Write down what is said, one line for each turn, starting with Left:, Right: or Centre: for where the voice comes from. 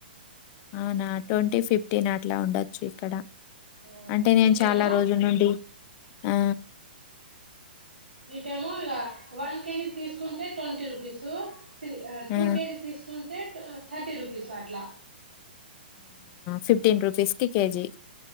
Left: అవునా ట్వంటీ ఫిఫ్టీన్ అట్లా ఉండొచ్చు ఇక్కడ
Right: ఆ,
Left: అంటే నేను
Right: ఇటేమో
Left: చాలా రోజుల నుండి ఆ
Right: ఇటేమో ఇగ వన్ కేజీ తీసుకుంటే ట్వంటీ రూపీస్ త టూ
Left: ఆ!
Right: కేజీస్ తీసుకుంటే టె థర్టీ రూపీస్ అట్లా
Left: ఫిఫ్టీన్ రుపీస్ కి కేజీ